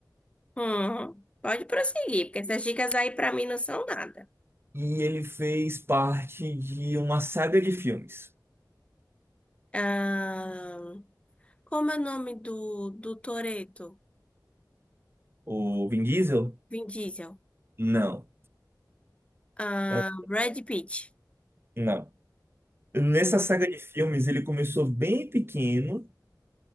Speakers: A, on the left; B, on the right.
A: Hum, pode prosseguir, porque essas dicas aí pra mim não são nada.
B: e ele fez parte de uma saga de filmes.
A: Ahn, como é o nome do, do Toretto?
B: O Vin Diesel?
A: Vin Diesel.
B: Não.
A: Ahn,
B: É,
A: Brad Pitt.
B: Não. Nessa saga de filmes, ele começou bem pequeno,